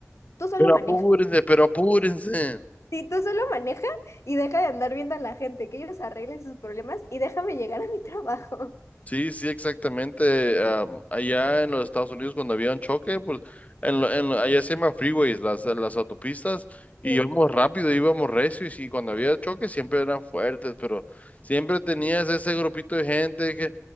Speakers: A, on the left; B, on the left.
A: tú solo
B: Pero
A: manejas
B: apúrense, pero apúrense.
A: si tú solo maneja y deja de andar viendo a la gente, que ellos arreglen sus problemas y déjame llegar a mi <laughs> trabajo.
B: Sí, sí, exactamente. am, allá en los Estados Unidos cuando había un choque, pues en, lo- en lo- allá se llaman freeways, las, las autopistas, y
A: Sí,
B: íbamos rápido, íbamos recio y sí, cuando había choques siempre eran fuertes, pero siempre tenías ese grupito de gente que,